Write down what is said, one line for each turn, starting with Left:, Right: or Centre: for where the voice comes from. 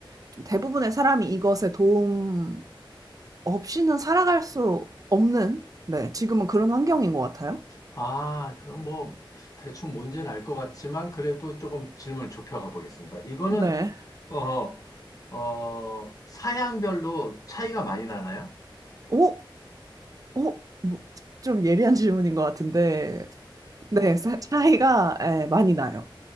Right: 좀 대부분의 사람이 이것에 도움 없이는 살아갈 수 없는, 네, 지금은 그런 환경인 것 같아요.
Left: 아, 그럼 뭐, 대충 뭔지는 알 것 같지만, 그래도 조금 질문을 좁혀가 보겠습니다. 이거는
Right: 네.
Left: 어, 어, 사양별로 차이가 많이 나나요?
Right: 오, 오, 뭐, 좀 예리한 질문인 것 같은데, 네, 사- 차이가 예, 많이 나요.